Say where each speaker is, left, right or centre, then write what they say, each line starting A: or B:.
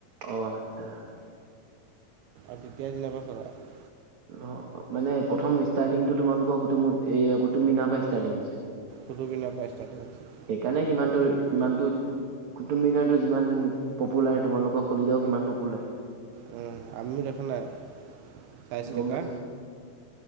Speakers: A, on the right; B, on the right.
A: অ', আচ্ছা।
B: আৰু তেতিয়াই দিনৰ পৰা <unintelligible>
A: অ', মানে প্ৰথম ষ্টাৰ্টিংটো তোমালোকৰ কুটুমত, এই কুটুবমিনাৰ পৰা ষ্টাৰ্টিং হৈছে।
B: কুটুব মিনাৰ পৰা ষ্টাৰ্টিং হৈছে।
A: সেইকাৰণে সিমানটোৰ ইমানটোত কুটুব মিনাৰটো যিমান পপুলাৰ, তোমালোকৰ <unintelligible> সিমান পপুলাৰ।
B: উম, <unintelligible> দেখা নাই, চাইজ কেইটা।
A: গম পাইছো